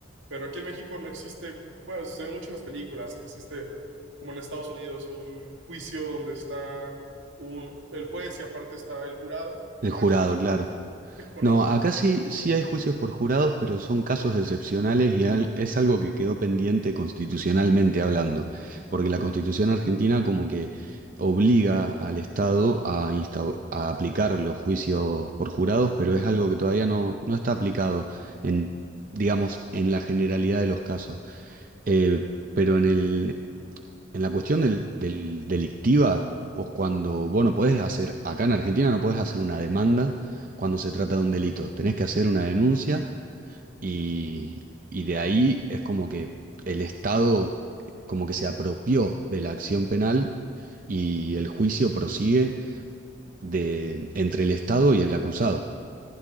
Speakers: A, on the right; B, on the right.
A: pero aquí en México no existe, bueno, se ve mucho en las películas que existe, como en Estados Unidos, un juicio donde está un, el juez y aparte está el jurado.
B: El
A: Bueno,
B: jurado,
A: aquí en México,
B: claro.
A: en México
B: No,
A: no.
B: acá sí, sí hay juicios por jurados, pero son casos excepcionales y al- es algo que quedó pendiente constitucionalmente hablando, porque la Constitución argentina como que obliga al Estado a, insta- a aplicar los juicios por jurados, pero es algo que todavía no, no está aplicado en, digamos, en la generalidad de los casos. Eh, pero en el, En la cuestión del, del delictiva, o cuando vos no podés hacer, acá en Argentina no podés hacer una demanda cuando se trata de un delito. Tenés que hacer una denuncia y, y de ahí es como que el Estado como que se apropió de la acción penal y el juicio prosigue de, entre el Estado y el acusado.